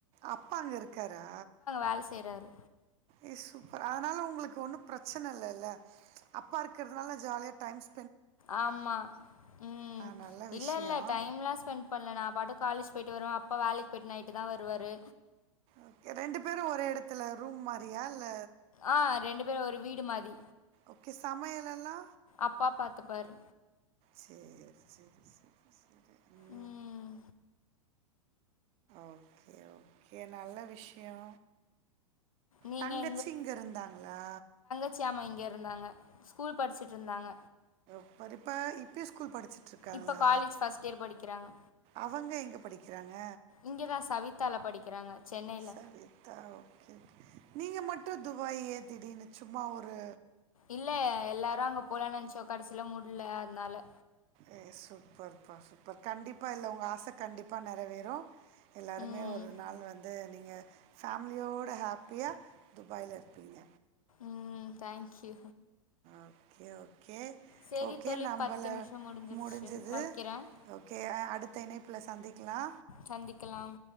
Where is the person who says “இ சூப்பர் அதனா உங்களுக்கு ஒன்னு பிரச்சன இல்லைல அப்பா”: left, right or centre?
Right